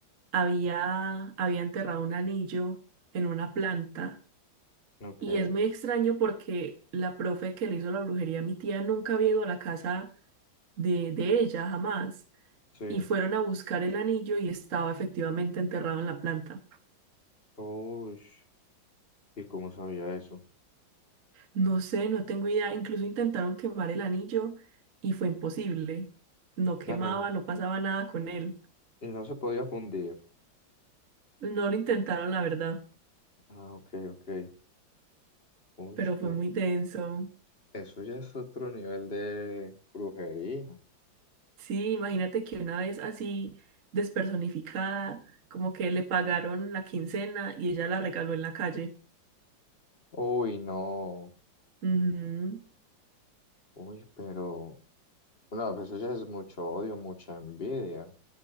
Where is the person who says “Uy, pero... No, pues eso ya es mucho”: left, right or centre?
Left